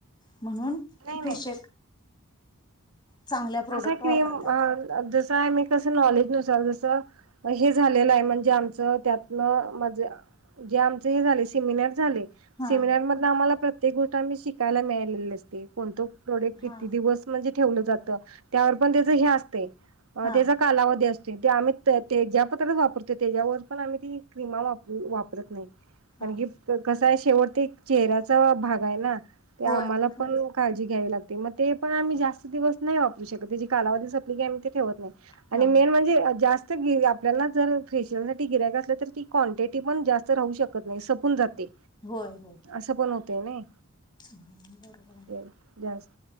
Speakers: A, on the left (about 20°); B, on the right (about 75°).
A: म्हणून
B: नाही
A: फेशियल चांगल्या प्रोडक्ट
B: कसा क्रीम
A: वापरताय काय
B: जसं हाय मी कसं नॉलेज नुसार, जसं हे झालेलं आय म्हणजे आम च त्यातन माझ जे आमच हे झालय सेमिनार झालय.
A: हा
B: सेमिनार म आम्हाला प्रत्येक गोष्ट आम्ही शिकायला मिळालेली असते. कोणत प्रॉडक्ट
A: हा
B: किती
A: हा
B: दिवस म्हणजे ठेवलं जात. त्यावर पण त्याच हे असतय.
A: हा
B: त्याजा कालावधी अस ते आम्ही ते ज्या पतरं वापरतो. त्याज्यावर पण आम्ही ती क्रीमा वापरू वापरत नाय.
A: हा
B: कारण की, कसयं, शेवटती चेहऱ्याचा भाग हाय ना, ते
A: होय
B: आम्हाला
A: म्हणूनच
B: पण काळजी घ्यावी लागते. म ते पण आम्ही जास्त दिवस नाही वापरु शकत. त्याची कालावधी सपली की आम्ही ते ठेवत नाही. आणि
A: हा
B: मेन म्हणजे जास् तर गिरी आपल्याला जर फेशियलसाठी गिरायक असल्या तर ती क्वांटिटी पण जास्त राहू शकत नाही सपून जाते.
A: होय होय
B: असं पण होतय नाई
A: बरोबर आहे
B: ते जास्त.